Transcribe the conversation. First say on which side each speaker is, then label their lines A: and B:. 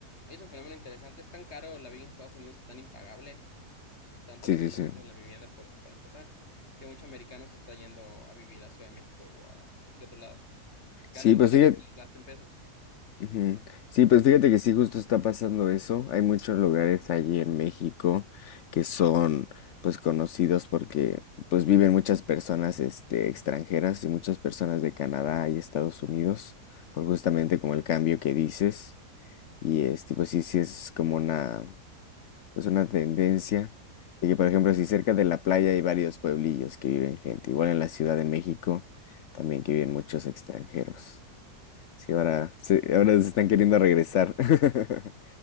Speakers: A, on the left; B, on the left.
A: hoy es un fenómeno interesante, es tan caro la vida en Estados Unidos y tan impagable, tanto
B: Sí,
A: la salud
B: sí, sí.
A: como la vivienda, por, para empezar, que muchos americanos se está yendo a vivir a Ciudad de México o a cualquier otro lado. Ganen
B: Sí, pues
A: dólares
B: fíjate,
A: y gasten pesos.
B: ujú. Sí, pues fíjate que sí, justo está pasando eso. Hay muchos lugares allí en México que son, pues, conocidos porque, pues, viven muchas personas, este, extranjeras y muchas personas de Canadá y Estados Unidos, por justamente como el cambio que dices. Y, este, pues, sí, sí es como una, pues, una tendencia. Y que, por ejemplo, si cerca de la playa hay varios pueblillos que viven gente, igual en la Ciudad de México también que viven muchos extranjeros. Sí, ahora, sí, ahora se están queriendo regresar. <laughs>